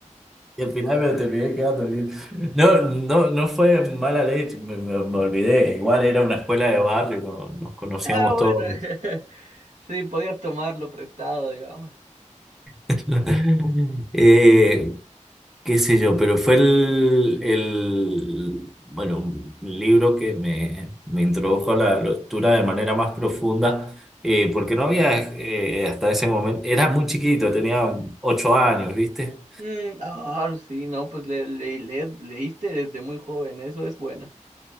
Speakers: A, in the centre; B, on the right (about 80°).
A: y al final me terminé quedando en el- No, no, no fue mala leche, me, me- me olvidé. Igual era una escuela de barrio, no- nos conocíamos
B: Ah, bueno.
A: todos.
B: <laughs> Sí, podías tomarlo prestado, digamos.
A: <laughs> Eh, qué sé yo, pero fue el, el bueno, un libro que me, me introdujo a la lectura de manera más profunda, eh, porque no había eh, hasta ese momento, era muy chiquito, tenía ocho años, ¿viste?
B: Mm, ah, sí, no, pues le, le, le- leíste desde muy joven, eso es bueno.